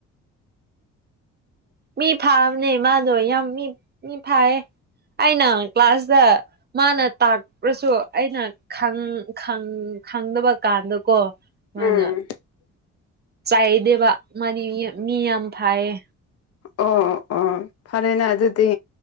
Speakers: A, on the right; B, on the left.
A: ꯃꯤ ꯐꯥꯕꯅꯦ ꯃꯥꯗꯣ ꯌꯥꯝ ꯃꯤ ꯃꯤ ꯐꯥꯏꯌꯦ ꯍꯥꯏꯅ ꯀ꯭ꯂꯥꯁꯇ ꯃꯥꯅ ꯇꯥꯛꯄ ꯎꯔꯁꯨ ꯑꯩꯅ ꯈꯪ ꯈꯪ ꯈꯪꯗꯕ ꯀꯥꯟꯗꯀꯣ ꯃꯥꯅ
B: ꯎꯝ
A: ꯆꯥꯏꯗꯦꯕ ꯃꯥꯅꯤ ꯃꯤ ꯌꯥꯝ ꯐꯥꯏꯌꯦ
B: ꯑꯣ ꯑꯣ ꯑꯣ ꯐꯔꯦꯅꯦ ꯑꯗꯨꯗꯤ